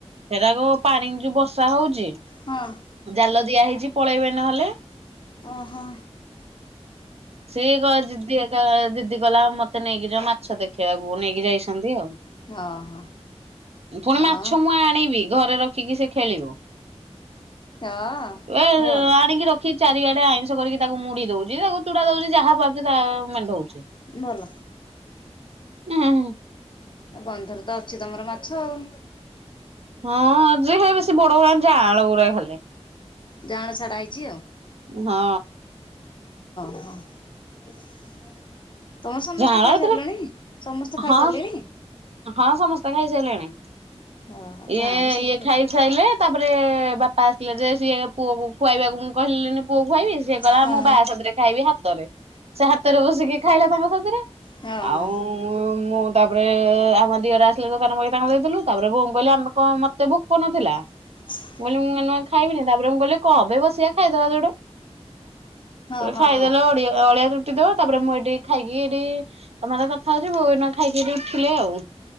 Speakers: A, on the right (about 65°); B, on the left (about 45°).
A: ହେଇରାକ ପାଣିକି ଯୋଉ ବର୍ଷା ହଉଛି।
B: ହଁ।
A: ଜାଲ ଦିଆ ହେଇଛି ପଳେଇବେ ନହେଲେ।
B: ଅ ହଁ।
A: ସିଏ କ ଜିଦିଆଟା ଜିଦି କଲା ଆଉ ମତେ ନେଇକି ଯାଅ ମାଛ ଦେଖେଇବାକୁ ନେଇକି ଯାଇଛନ୍ତି ଆଉ।
B: ଓହୋ
A: ପୁଣି
B: ହଁ
A: ମାଛ ମୁଁ ଆଣିବି ଘରେ ରଖିକି ସେ ଖେଳିବ।
B: ହଁ
A: ଏ
B: ଭଲ
A: ଆଣିକି ରଖି ଚାରିଆଡେ ଆଇଁଷ କରିକି ତାକୁ ମୁଢି ଦଉଛି ତାକୁ ଚୁଡା ଦଉଛି ଯାହା ପାରୁଛି ତାହା ମେଣ୍ଢଉଛି।
B: ଭଲ।
A: <unintelligible>
B: ବନ୍ଧରେ ତ ଅଛି ତମର ମାଛ ଆଉ।
A: ହଁ ଅଛି ସେ ବଡ ଗୁରା ଜାଆଁଳ ଗୁୁରା ଖାଲି।
B: ଯାଆଁଳ ଛଡା ହେଇଛି ଆଉ।
A: ହଁ।
B: <unintelligible> ତମର ସମସ୍ତେ
A: ଜାଆଁଳ
B: ଖାଇ
A: ଏଥିରେ
B: ସାରିଲଣି, ସମସ୍ତେ ଖାଇସାରିଲେଣି।
A: ହଁ ହଁ ସମସ୍ତେ ଖାଇସାରିଲେଣି
B: ଓହୋ
A: ଇଏ
B: ଜାଆଁଳ ଶୀଘ୍ର
A: ଇଏ ଖାଇସାଇଲେ। ତାପରେ ବାପା ଆସିଲେ ଯେ ସିଏ ପୁଅକୁ ଖୁଆଇବାକୁ ମୁଁ କହିଲିନି ପୁଅ ଖୁଆଇବି ସିଏ କହିଲା
B: ହଁ
A: ମୁଁ ବାଆ ସାଥିରେ ଖାଇବି ହାତରେ ସେ ହାତରେ ବସିକି ଖାଇଲା ତାଙ୍କ ସାଥିରେ
B: ହଁ ହଁ।
A: ଆଉ <inaudible> <inaudible>
B: <inaudible>
A: ମୁ କହିଲି ମୁଁ ଏଇନିକା ଖାଇବିନି ତାପରେ ମୁଁ କହିଲି କଣ ପାଇଁ ବସିବା ଖାଇଦବା ଯୋଡେ
B: ହଁ ହଁ
A: ଖାଇଦେଲେ
B: ହଁ
A: ଓଳି ଓଳିଆ ତୁଟି ଯିବ ତାପରେ ମୁଁ ଏଠି ଖାଇକି ଏଠି ତମ ସାଙ୍ଗରେ କଥା ହଉଛି ବୋଉ ଏଇନିକା ଖାଇକି ଉଠିଲେ ଆଉ।